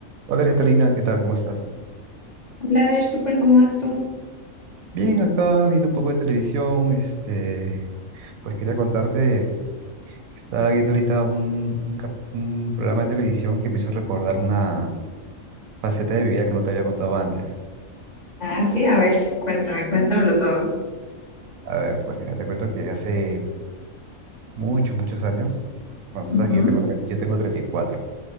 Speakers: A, on the right; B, on the left.
A: Hola Catalina, ¿qué tal? ¿Cómo estás?
B: Blader, súper, ¿cómo vas tú?
A: Bien, acá viendo un poco de televisión, este, pues quería contarte que estaba viendo ahorita un, un cap- un programa de televisión que me hizo recordar una faceta de mi vida que no te había contado antes.
B: Ah, sí, a ver, cuéntame, cuéntamelo todo.
A: A ver, pues mira, te cuento que hace muchos, muchos años, bueno, tú
B: Ujú.
A: sabes que yo tengo, tre- yo tengo 34.